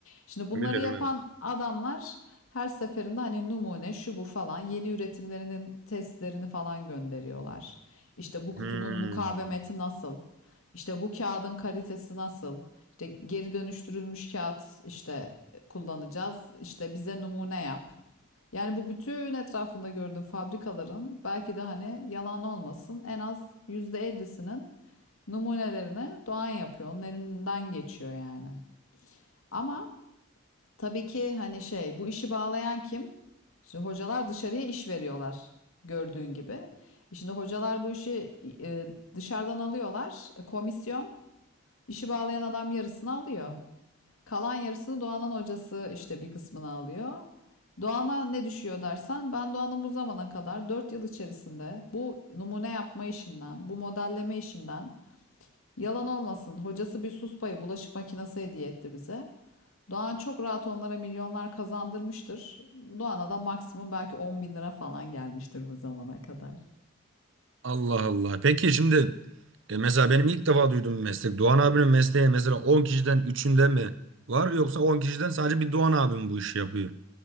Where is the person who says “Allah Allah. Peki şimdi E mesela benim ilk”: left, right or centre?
Right